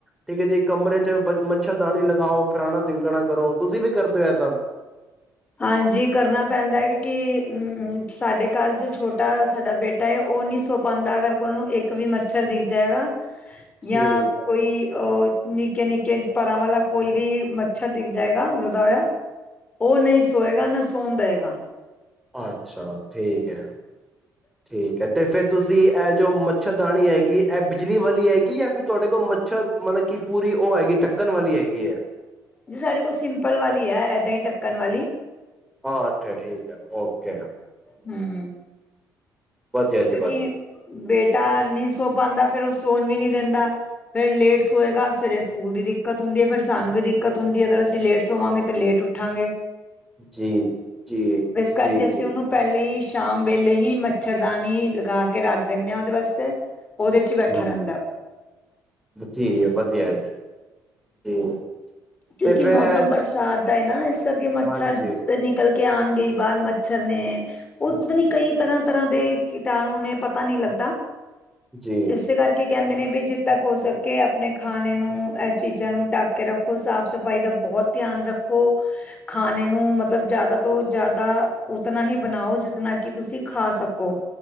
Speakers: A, in the centre; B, on the left.
A: ਠੀਕ ਹੈ ਜੀ। ਕਮਰੇ 'ਚ ਬ ਮੱਛਰਦਾਣੀ ਲਗਾਓ ਫਲਾਣਾ ਟਿਮਕਾਣਾ ਕਰੋ। ਤੁਸੀਂ ਵੀ ਕਰਦੇ ਹੋ ਇਹ ਸਭ
B: ਹਾਂਜੀ ਕਰਨਾ ਪੈਂਦਾ ਹੈ ਕਿਉਂਕਿ ਅਮ ਸਾਡੇ ਘਰ ਜੋ ਛੋਟਾ ਸਾਡਾ ਬੇਟਾ ਨਾ ਉਹ ਨਹੀਂ ਸੋ ਪਾਉਂਦਾ ਅਗਰ ਉਹਨੂੰ ਇੱਕ ਵੀ ਮੱਛਰ ਦਿਖ ਜਾਏਗਾ ਜਾਂ
A: ਠੀਕ
B: ਕੋਈ ਅ ਨਿੱਕੇ ਨਿੱਕੇ ਪਰਾਂ ਵਾਲਾ ਕੋਈ ਵੀ ਮੱਛਰ ਦਿਖ ਜਾਏਗਾ ਉੜਦਾ ਹੋਇਆ ਉਹ ਨਹੀਂ ਸੋਏਗਾ ਨਾ ਸੋਣ ਦੇਵੇਗਾ।
A: ਅੱਛਾ ਠੀਕ ਹੈ।
B: ਹ
A: ਠੀਕ ਹੈ ਤੇ ਫਿਰ ਤੁਸੀਂ ਇਹ ਜੋ ਮੱਛਰਦਾਣੀ ਹੈਗੀ ਇਹ ਬਿਜਲੀ ਵਾਲੀ ਹੈਗੀ ਜਾਂ ਫਿਰ ਤੁਹਾਡੇ ਕੋਲ ਮੱਛਰ ਮਤਲਬ ਕਿ ਪੂਰੀ ਉਹ ਹੈਗੀ ਢੱਕਣ ਵਾਲੀ ਹੈਗੀ ਹੈ
B: ਜੀ ਸਾਡੇ ਕੋਲ ਸਿੰਪਲ ਵਾਲੀ ਹੈ ਏਦਾਂ ਹੀ ਢੱਕਣ ਵਾਲੀ।
A: ਹਾਂ ਅੱਛਾ ਠੀਕ ਹੈ, ਓਕੇ
B: ਹਮ
A: ਵਧੀਆ ਜੀ
B: ਕਿਉਂਕਿ
A: ਵਧੀਆ।
B: ਬੇਟਾ ਨਹੀਂ ਸੋ ਪਾਉਂਦਾ ਫਿਰ ਉਹ ਸੌਣ ਵੀ ਨਹੀਂ ਦਿੰਦਾ। ਫਿਰ ਲੇਟ ਸੋਏ ਗਾ ਸਵੇਰੇ ਸਕੂਲ ਦੀ ਦਿੱਕਤ ਹੁੰਦੀ ਹੈ ਫਿਰ ਸਾਨੂੰ ਵੀ ਦਿੱਕਤ ਹੁੰਦੀ ਹੈ ਅਗਰ ਅਸੀਂ ਲੇਟ ਸੋਵਾਗੇ ਤਾਂ ਲੇਟ ਠਾਂਗੇ
A: ਜੀ ਜੀ
B: ਕਰਕੇ
A: ਜੀ
B: ਅਸੀਂ
A: ਜੀ
B: ਉਹਨੂੰ ਪਹਿਲੇ ਹੀ ਸ਼ਾਮ ਵੇਲੇ ਹੀ ਮੱਛਰਦਾਨ ਲਗਾ ਕੇ ਰੱਖ ਦਿੰਦੇ ਹਾਂ ਉਹਦੇ ਵਾਸਤੇ ਉਹਦੇ ਚ ਹੀ ਬੈਠਾ
A: ਹਮ
B: ਰਹਿੰਦਾ
A: ਜੀ ਵਧੀਆ ਜੀ ਜੀ
B: ਕਿਉਂਕਿ
A: ਤੇ ਫਿਰ
B: ਮੌਸਮ
A: ਇਹ
B: ਬਰਸਾਤ ਦਾ ਹੈ ਨਾ ਇਸ ਕਰਕੇ ਮੱਛਰਦਾਨੀ
A: ਹਾਂਜੀ
B: ਚਲ ਕੇ ਆਉਣ ਗਈ ਬਾਹਰ ਮੱਛਰ ਨੇ ਉਹ ਪਤਾ ਨੀ ਕਈ ਤਰ੍ਹਾਂ ਤਰ੍ਹਾਂ ਦੇ ਕੀਟਾਣੂ ਨੇ, ਪਤਾ ਨਹੀਂ ਲੱਗਦਾ
A: ਜੀ
B: ਇਸੇ ਕਰਕੇ। ਕਹਿੰਦੇ ਨੇ ਵੀ ਜਿੱਦਾਂ ਤੱਕ ਹੋ ਸਕੇ ਆਪਣੇ ਖਾਣੇ ਨੂੰ ਇਹ ਚੀਜ਼ਾਂ ਨੂੰ ਟਢੱਕ ਕੇ ਰੱਖੋ ਸਾਫ਼ ਸਫ਼ਾਈ ਦਾ ਬਹੁਤ ਧਿਆਨ ਰੱਖੋ। ਖਾਣੇ ਨੂੰ ਮਤਲਬ ਜ਼ਿਆਦਾ ਤੋਂ ਜ਼ਿਆਦਾ ਉਤਨਾ ਹੀ ਬਣਾਓ ਜਿਤਨਾ ਕਿ ਤੁਸੀਂ ਖਾ ਸਕੋ।